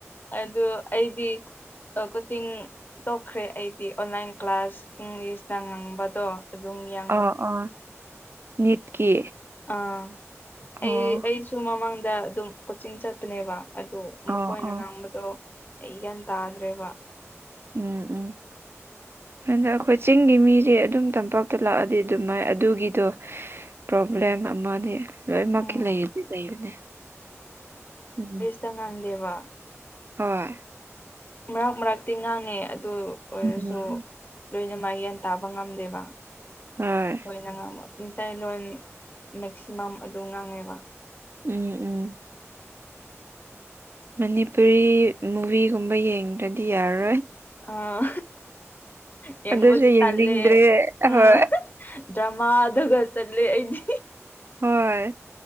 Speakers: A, on the left (about 40°); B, on the right (about 50°).
A: ꯑꯗꯨ ꯑꯩꯗꯤ ꯑꯀꯣꯆꯤꯡ ꯇꯣꯛꯈ꯭ꯔꯦ ꯑꯩꯗꯤ ꯑꯣꯟꯂꯥꯏꯟ ꯀ꯭ꯂꯥꯁ ꯏꯪꯂꯤꯁꯅ ꯉꯡꯕꯗꯣ ꯑꯗꯨꯝ ꯌꯥ
B: ꯑ ꯑ ꯅꯤꯠꯀꯤ
A: ꯑꯥ
B: ꯑꯣ
A: ꯑꯩ ꯑꯩꯁꯨ ꯃꯃꯥꯡꯗ ꯑꯗꯨꯝ ꯀꯣꯆꯤꯡ ꯆꯠꯄꯅꯦꯕ ꯑꯗꯣ
B: ꯑꯣ
A: ꯃꯈꯣꯏꯅ
B: ꯑꯣ
A: ꯉꯥꯡꯕꯗꯣ ꯑꯩ ꯒ꯭ꯌꯥꯟ ꯇꯥꯗ꯭ꯔꯦꯕ
B: ꯎꯝ ꯎꯝ ꯑꯗ ꯑꯈꯣꯏ ꯆꯤꯡꯒꯤ ꯃꯤꯖꯤ ꯑꯗꯨꯝ ꯇꯝꯄꯥꯛꯇ ꯂꯥꯛꯑꯗꯤ ꯑꯗꯨꯃꯥꯏ ꯑꯗꯨꯒꯤꯗꯣ ꯄ꯭ꯔꯣꯕ꯭ꯂꯦꯝ ꯑꯃꯅꯤ ꯂꯣꯏꯃꯛꯀꯤ
A: ꯎꯝ
B: ꯂꯩꯗꯤ ꯂꯩꯕꯅꯦ ꯎꯝ
A: ꯆꯡꯉꯥꯡꯗꯦꯕ
B: ꯍꯣꯏ
A: ꯃꯔꯛ ꯃꯔꯛꯇꯤ ꯉꯥꯡꯉꯦ ꯑꯗꯨ ꯑꯣꯏꯔꯁꯨ
B: ꯎꯝ
A: ꯂꯣꯏꯅꯃ ꯒꯌ꯭ꯥꯟ ꯇꯥꯕ ꯉꯝꯗꯦꯕ
B: ꯍꯣꯏ
A: ꯥꯅꯉꯥꯡꯕ ꯃꯤꯇꯩꯂꯣꯟ ꯃꯦꯛꯁꯤꯃꯝ ꯑꯗꯨꯝ ꯉꯥꯡꯉꯦꯕ
B: ꯎꯝ ꯎꯝ ꯃꯅꯤꯄꯨꯔꯤ ꯃꯨꯚꯤꯒꯨꯝꯕ ꯌꯦꯡꯗ꯭ꯔꯗꯤ ꯌꯥꯔꯔꯣꯏ
A: ꯑꯥ ꯌꯦꯡꯕꯖꯨ
B: ꯑꯗꯨꯁꯨ ꯌꯦꯡꯅꯤꯡꯗ꯭ꯔꯦ
A: ꯇꯜꯂꯦ ꯑꯥ
B: ꯍꯣꯏ
A: ꯗ꯭ꯔꯃꯥ ꯑꯗꯨꯒ ꯆꯠꯂꯦ ꯑꯩꯗꯤ
B: ꯍꯣꯏ